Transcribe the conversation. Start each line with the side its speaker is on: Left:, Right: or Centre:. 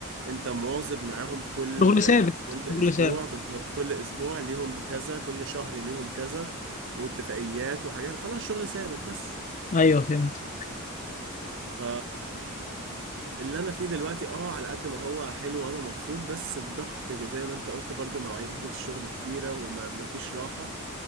Right: أنت مواظب معاهم كل
Left: شغل
Right: آه،
Left: ثابت
Right: كل
Left: شغل
Right: أسبوع
Left: ثابت
Right: بالظبط كل أسبوع ليهم كذا كل شهر ليهم كذا واتفاقيات وحاجات خلاص شغل ثابت بس
Left: ايوه فهمت
Right: ف اللي انا فيه دلوقتي اه على قد ما هو حلو وانا مبسوط بس الضغط زي ما انت قلت برضو مواعيد الشغل كتيرة وما فيش راحة